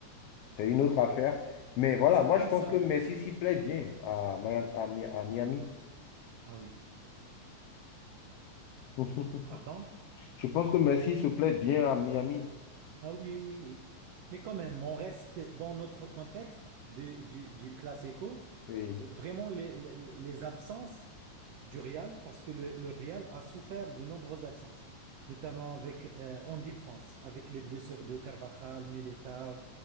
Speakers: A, on the left (about 85°); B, on the right (about 80°).
A: c'est une autre affaire. Mais voilà,
B: Mais c'est
A: moi,
B: comme
A: je pense
B: ça.
A: que Messi s'y plaît bien à Miami. à Mi- à Miami.
B: Ah oui.
A: <laughs>
B: Pardon?
A: Je pense que Messi se plaît bien à Miami.
B: Ah oui, oui, oui. Mais quand même, on reste dans notre contexte de- du, du classico.
A: Oui.
B: Euh, Vraiment, les, les- les absences du Real, parce que le, le Real a souffert de nombreuses absences, notamment avec, euh, en défense, avec les blessures de Carvajal, Militao,